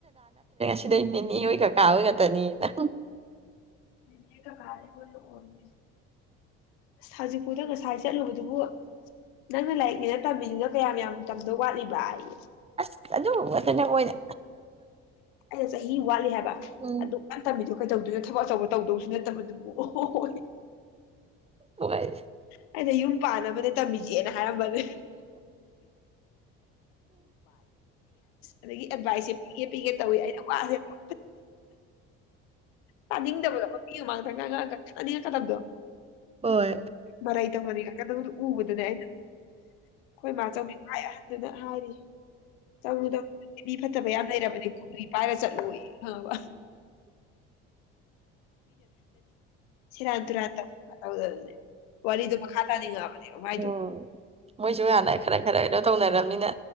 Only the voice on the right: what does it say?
ꯁꯤꯗ ꯅꯦꯅꯦ ꯍꯣꯏ ꯈꯛ ꯀꯥꯎ ꯉ ꯇꯅꯤꯅ
ꯑꯁ ꯑꯗꯨ ꯈꯇꯅ ꯑꯣꯏꯗ
ꯎꯝ
ꯍꯣꯏ
ꯍꯣꯏ
ꯎꯝ ꯃꯣꯏꯁꯨ ꯍꯥꯟꯅ ꯈꯔ ꯈꯔ ꯀꯩꯅꯣ ꯇꯧꯅꯔꯝ ꯅ